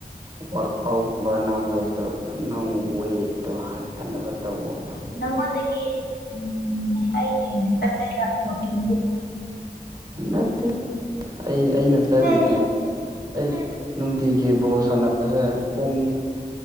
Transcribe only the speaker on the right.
ꯋꯥꯔꯛ ꯑꯥꯎꯠꯀꯨꯝꯕ ꯅꯪ ꯋꯦꯁꯇꯣ ꯅꯪ ꯋꯦꯠꯇꯣ ꯍꯟꯍꯟꯅꯕ ꯇꯧꯕꯋ
ꯅꯠꯇꯦ ꯑꯩ ꯑꯩꯅ
ꯆꯠꯂꯤꯅꯦꯦ ꯑꯩ ꯅꯨꯡꯇꯤꯒꯤ ꯕꯣ ꯁꯥꯟꯅꯕꯁꯦ ꯄꯨꯡ